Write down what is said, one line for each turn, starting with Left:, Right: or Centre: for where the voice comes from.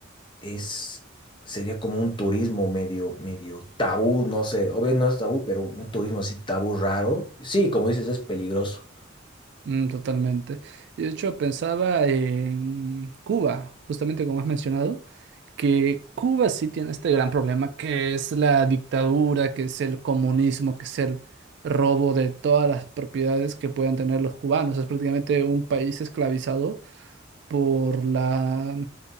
Left: es, sería como un turismo medio, medio tabú, no sé, obvio no es tabú, pero un turismo así tabú raro. Sí, como dices, es peligroso.
Right: mm, totalmente. Y De hecho, pensaba en Cuba, justamente como has mencionado, que Cuba sí tiene este gran problema que es la dictadura, que es el comunismo, que es el robo de todas las propiedades que puedan tener los cubanos. Es prácticamente un país esclavizado por la